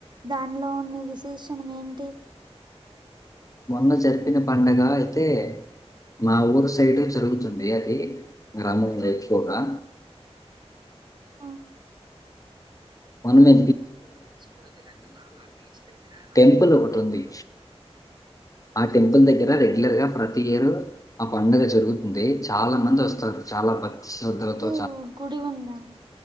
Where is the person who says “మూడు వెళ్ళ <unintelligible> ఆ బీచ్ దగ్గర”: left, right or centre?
Right